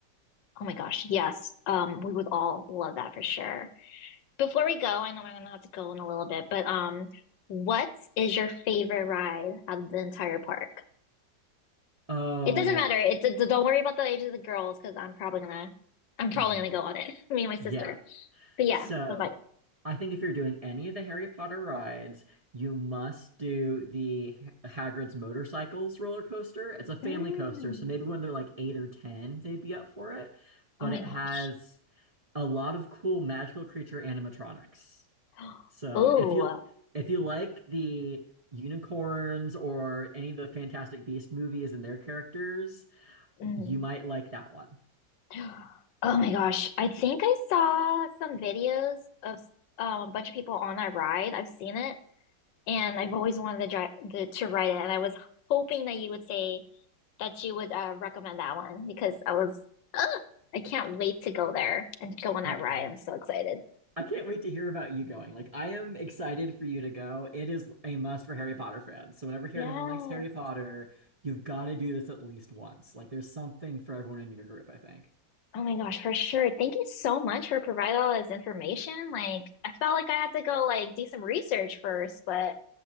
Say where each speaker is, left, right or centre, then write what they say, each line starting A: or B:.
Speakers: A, on the left; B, on the right.
A: Oh my gosh, yes. Um, we would all love that for sure. Before we go, I know I'm gonna have to go in a little bit, but um, what is your favorite ride out of the entire park?
B: Oh,
A: It doesn't matter. It, d- don't worry about the age of the girls because I'm probably gonna, I'm probably
B: hmm
A: gonna go on it. <laughs> Me and my sister.
B: Yeah.
A: But yeah,
B: So
A: what about
B: I think if you're doing any of the Harry Potter rides, you must do the Ha- Hagrid's Motorcycles roller coaster. It's a family
A: you? Mm.
B: coaster, so maybe when they're like eight or ten, they'd be up for it. But
A: Oh my
B: it
A: gosh.
B: has a lot of cool magical creature animatronics.
A: <gasps>
B: So
A: Oh.
B: if you if you like the unicorns or any of the Fantastic Beast movies and their characters,
A: Mm.
B: you might like that one.
A: <gasps> Oh my gosh. I think I saw some videos of um, a bunch of people on that ride. I've seen it, and I've always wanted to drive the, to ride it, and I was hoping that you would say that you would uh, recommend that one because I was, ugh, I can't wait to go there and go on that
B: Oh,
A: ride. I'm so excited.
B: I can't wait to hear about you going. Like, I am excited for you to go. It is a must for Harry Potter fans. So whenever anyone
A: Yes.
B: likes Harry Potter, you've got to do this at least once. Like, there's something for everyone in your group, I think.
A: Oh my gosh, for sure. Thank you so much for providing all this information. Like, I felt like I had to go like do some research first, but